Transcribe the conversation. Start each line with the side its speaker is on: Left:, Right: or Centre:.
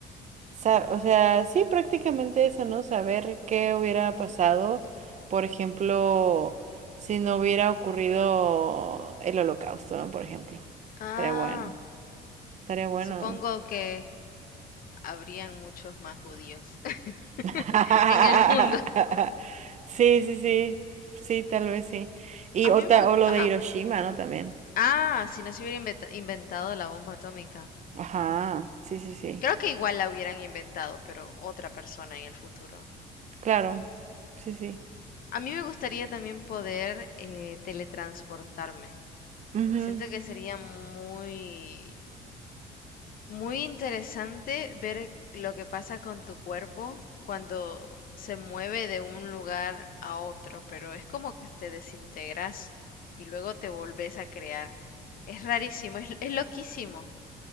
Right: sa- o sea, sí, prácticamente eso, ¿no? Saber qué hubiera pasado, por ejemplo, si no hubiera ocurrido el holocausto, ¿no? Por ejemplo,
Left: Ah,
Right: estaría bueno, estaría bueno,
Left: supongo
Right: ¿no?
Left: que habrían muchos más judíos <laughs>
Right: <laughs>
Left: en el mundo.
Right: Sí, sí, sí, sí, tal vez sí. Y
Left: A
Right: otra,
Left: mí me gusta...
Right: o lo de
Left: Ajá.
Right: Hiroshima, ¿no? También.
Left: Ah, si no se hubiera inventa- inventado la bomba atómica.
Right: Ajá, sí, sí, sí.
Left: Creo que igual la hubieran inventado, pero otra persona en el futuro.
Right: Claro, sí, sí.
Left: A mí me gustaría también poder eh, teletransportarme.
Right: Ujú,
Left: Siento que sería muy, muy interesante ver lo que pasa con tu cuerpo cuando se mueve de un lugar a otro, pero es como que te desintegras y luego te volvés a crear. Es rarísimo, es, es loquísimo,